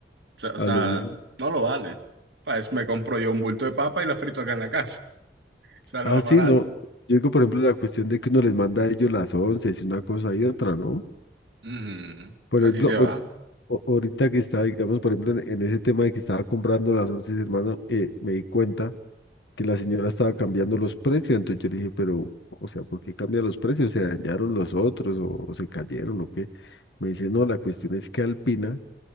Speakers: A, on the right; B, on the left.
A: sea, o
B: a
A: sea,
B: lo bien.
A: no lo vale. Para eso me compro yo un bulto de papa y la frito acá en la casa. <laughs> Sale
B: Ah,
A: más
B: sí,
A: barato.
B: no. Yo digo, por ejemplo, la cuestión de que uno les manda a ellos las once, y una cosa y otra, ¿no?
A: Ujú,
B: Por
A: Así
B: ejemplo,
A: se
B: ahor-
A: va.
B: o- ahorita que estaba, digamos, por ejemplo, en, en ese tema de que estaba comprando las once, hermano, eh, me di cuenta. que la señora estaba cambiando los precios. Entonces yo le dije, pero, o sea, ¿por qué cambia los precios? ¿Se dañaron los otros o, o se cayeron o qué? Me dice, no, la cuestión es que Alpina,